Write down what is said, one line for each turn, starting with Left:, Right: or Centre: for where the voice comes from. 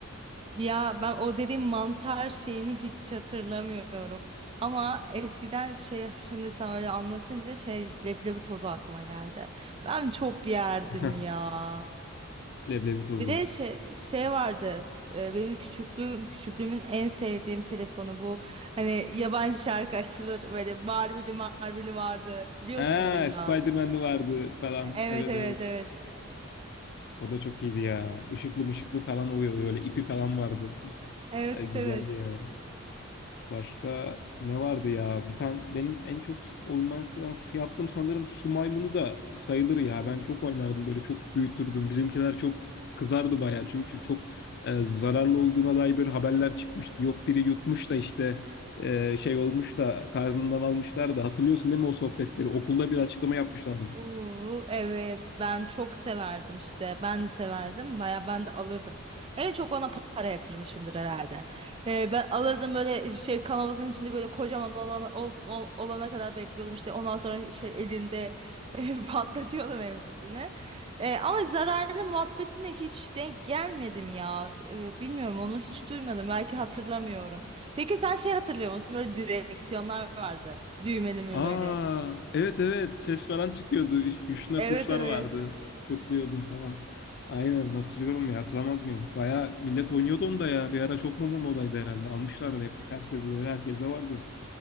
Right: Ya ben o dediğim mantar şeyini hiç hatırlamıyorum. Ama eskiden şey şimdi sen öyle anlatınca şey leblebi tozu aklıma geldi. Ben çok yerdim
Left: <laughs>
Right: ya.
Left: Leblebi tozu.
Right: Bir de şey, şey vardı. e, Benim küçüklüğüm, küçüklüğümün en sevdiğim telefonu bu. Hani yabancı şarkı açılır böyle Marveli Marveli vardı. Biliyorsundur
Left: Aa,
Right: illa.
Left: Spider-Man'li vardı falan.
Right: Evet
Left: Evet
Right: evet
Left: evet.
Right: evet.
Left: O da çok iyiydi ya. Işıklı mışıklı falan oluyordu. Böyle ipi falan vardı.
Right: Evet
Left: Ee, güzeldi
Right: evet.
Left: ya. Başka ne vardı ya? Bir tane benim en çok oymaktan yaptığım sanırım su maymunu da sayılır ya. Ben çok oynardım böyle çok büyütürdüm. Bizimkiler çok kızardı bayağı. Çünkü çok e, zararlı olduğuna dair böyle haberler çıkmıştı. Yok biri yutmuş da işte e, şey olmuş da karnından almışlar da hatırlıyorsun değil mi o sohbetleri? Okulda bir açıklama yapmışlardı.
Right: Oo, evet ben çok severdim işte ben de severdim baya ben de alırdım en çok ona para yatırmışımdır herhalde Ee, ben alırdım böyle şey kanavazın içinde böyle kocaman olana, ol- ol- olana kadar bekliyordum işte ondan sonra şey elimde <laughs> eh, patlatıyordum hepsini Ee, ama zararlı muhabbetine hiç denk gelmedim ya Ee, bilmiyorum onu hiç duymadım belki hatırlamıyorum peki sen şey hatırlıyor musun böyle direksiyonlar vardı düğmeli mümeli
Left: Aa, evet evet ses falan çıkıyordu. Üç- Üstüne
Right: evet
Left: tuşlar
Right: evet
Left: vardı. tıklıyordum falan. Aynen hatırlıyorum ya hatırlamaz mıyım? Baya millet oynuyordu onu da ya. Bir ara çok mu mu modaydı herhalde. Almışlardı hep. Herkes böyle herkes de vardı.